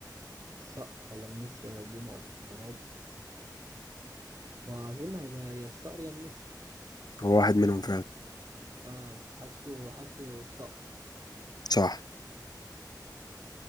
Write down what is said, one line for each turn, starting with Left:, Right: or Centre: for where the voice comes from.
Right: الصقر ولا النسر ولا البوم ولا الغراب واظن هيبقى يا الصقر يا النسر
Left: هو واحد منهم فعلا
Right: اه بس حاسه حاسه الصقر
Left: صح